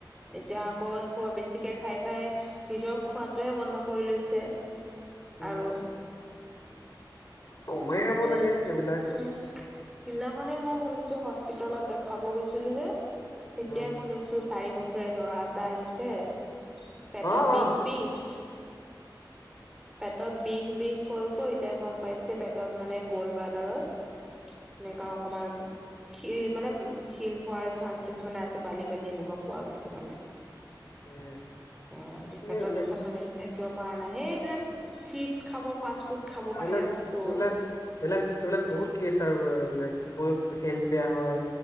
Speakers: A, in the centre; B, on the left (about 45°).
A: এতিয়া আকৌ এইসোপা বেছিকে খাই খাই নিজক খোৱাটোহে বন্ধ কৰি লৈছে,
B: উম,
A: আৰু
B: কমাই
A: <unintelligible>
B: খাব লাগে এইবিলাক
A: সেইদিনাখনে মই শুনিছোঁ, হস্পিতালত দেখাব গৈছিলো যে, তেতিয়াই
B: অ',
A: শুনিছোঁ চ' চাৰি বছৰীয়া ল'ৰা এটা আহিছে, পেটত
B: অ',
A: বিষ,
B: অ',
A: বিষ পেটত বিষ বিষ কৈ কৈ এতিয়া গম পাইছে পেটত মানে গ'ল বাৰ্ডাৰত
B: উম,
A: এনেকুৱা অকমান শিল মানে শিল হোৱাৰ চাঞ্চেচ মানে আছে বালি বালি এনেকুৱা পোৱা গৈছে মানে।
B: এ
A: অ', পেটৰ
B: এইবিলাক
A: বিষত মানে সি থাকিব পৰা নাই, সেইবিলাক চিপচ খাব ফাষ্ট ফুড খাব
B: এইবিলাক
A: বাহিৰা বস্তু
B: এইবিলাক এইবিলাক এইবিলাক বহুত কেছ আৰু এইবিলাক। হেল্থ বেয়া হয়